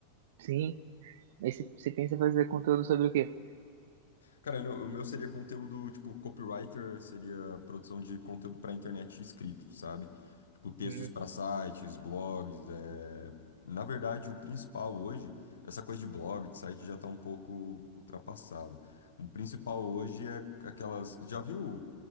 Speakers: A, on the right (about 55°); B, on the left (about 65°).
A: sim. Aí você você pensa em fazer conteúdo sobre o quê?
B: Cara, no- o meu seria conteúdo, tipo, copywriter seria produção de conteúdo para internet escrito, sabe? Tipo, textos
A: Hum,
B: para sites, blogs. É... Na verdade, o principal hoje, essa coisa de blog, de site já tá um pouco ultrapassado. O principal hoje é aquelas. Já viu,